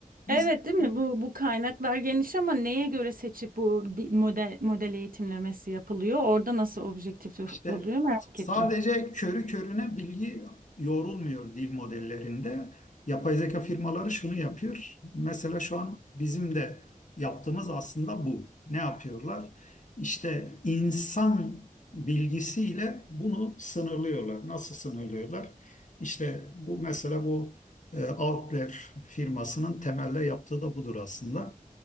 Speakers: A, on the left; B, on the right.
A: Biz
B: Evet değil mi? Bu bu kaynaklar geniş ama neye göre seçip bu di- model model eğitimlemesi yapılıyor? Orada nasıl objektif
A: İşte
B: oluyor merak
A: sadece
B: ettim.
A: körü körüne bilgi yoğrulmuyor dil modellerinde. Yapay zeka firmaları şunu yapıyor. Mesela şu an bizim de yaptığımız aslında bu. Ne yapıyorlar? İşte insan bilgisiyle bunu sınırlıyorlar. Nasıl sınırlıyorlar? İşte bu mesela bu e, Outlier firmasının temelde yaptığı da budur aslında.